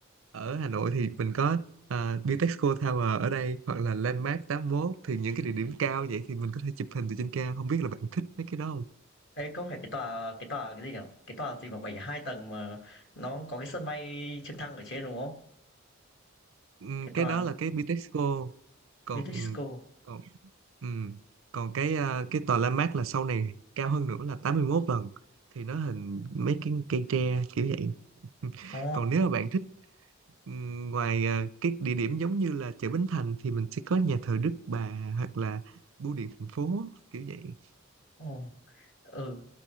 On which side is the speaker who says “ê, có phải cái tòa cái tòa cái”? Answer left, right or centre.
Left